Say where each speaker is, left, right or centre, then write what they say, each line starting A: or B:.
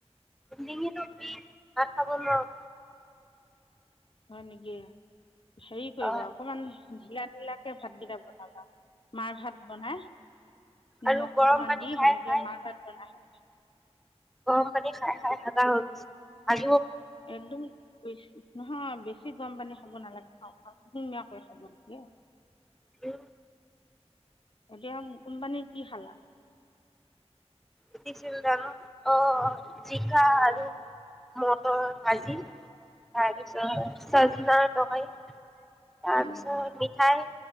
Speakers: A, in the centre; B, on the left.
A: ডিঙিটো বিষ ভাত খাব নোৱাৰোঁ
B: হয় নিকি হেৰি কৰিবা
A: অ
B: অকমান জিলাত বিলাকে ভাতগিলাক বনালা মাৰ ভাত। বনাই নিমখ
A: আৰু গৰম
B: অকমান
A: পানী
B: দি
A: খাই
B: সেনেকে
A: খাই
B: মাহ ভাত বনাই হয়।
A: গম পানী খাই - খাই ভাগা হৈ গৈছে আজ।
B: একদম বেছি। নহয় বেছি গম পানী খাব নালাগে। খান ধুনীয়াকৈ খাল মানে। কি?
A: হম ',
B: এতিয়া। কোম্পানীৰ কি খালা?
A: উঠিছিল জানোঁ আহ জিকা আৰু মটৰ ভাজি। তাৰপিছত চায়বিনৰ তৰকাৰি তাৰপিছত,
B: হয় নেকি
A: মিঠাই